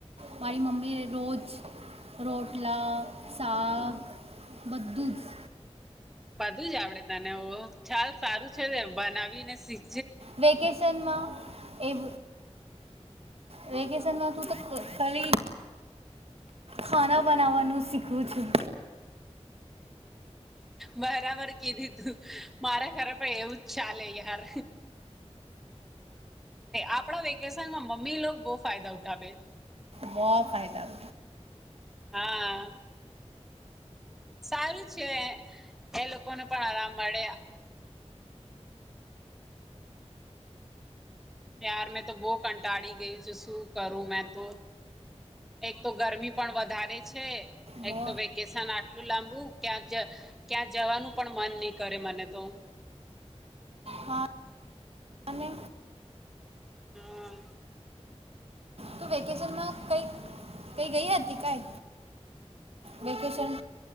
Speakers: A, on the right; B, in the centre.
A: મારી મમ્મી રોજ રોટલા શાક બધું જ -
B: બધું જ આવડે તને ઓહ. ચાલ સારું છે ને બનાવીને શી
A: વેકેશનમાં એવ વેકેશનમાં તું તો ક -કળી ખાના બનાવાનું શીખવું છું.
B: બરાબર કીધી તું મારા ખરે પણ એવું જ ચાલે યાર આપણા વેકેશનમાં મમ્મી લોકો બહુ ફાયદા ઉઠાવે
A: બ ફાયદા ઉ
B: હા સારું છે, એ લોકોને પણ આરામ મળે, ત્યાર મેં તો બહુ કંટાળી ગયું છે, શું કરું મેં તો એક તો ગરમી પણ વધારે છે,
A: બહુ
B: એક તો વેકેશન આટલું લાંબુ ક્યાં ક્યાં જવાનું પણ મન નહી, કરે મને તો
A: હા અને
B: હમ્મ
A: તું વેકેશનમાં કઈ કઈ ગઈ હતી, કઈ વેકેેશન